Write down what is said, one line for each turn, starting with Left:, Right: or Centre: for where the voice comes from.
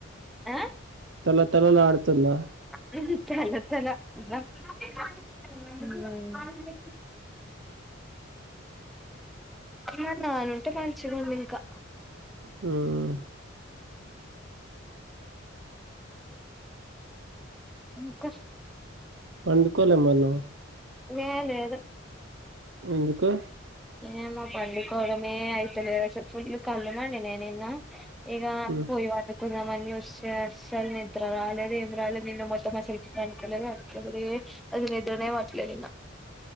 Centre: ఆ
Right: తల తలాడుతుందా
Centre: హ్మ్ హు తల తల <inaudible> హ్మ్ హు మా నాన్న ఉంటే మంచిగుండు ఇంకా
Right: హ్మ్
Centre: ఇంక
Right: పండుకోలె మరీ నువ్
Centre: ఏ లేదు
Right: ఎందుకు
Centre: ఏమొ పండుకోవడమే అయితలెదసలు ఫుల్లు కల్లుమండినయి నిన్న ఇగ
Right: ఉమ్,
Centre: పోయి పండు కుందమన్ చూస్తే అస్సల్ నిద్ర రాలేదు ఏం రాలేదు నిన్న మొత్తం మా సైడ్ పండుకోలేదు అసలేం అది నిద్రనే పట్టలే ఇంగా